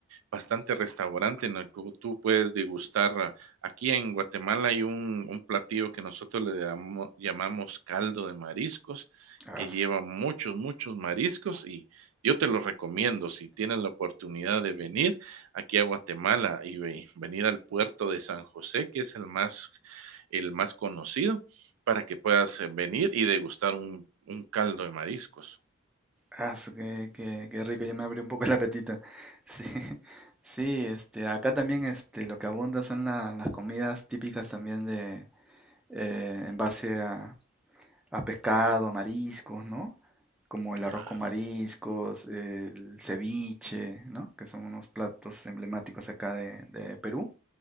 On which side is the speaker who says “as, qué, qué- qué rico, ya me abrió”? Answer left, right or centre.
Centre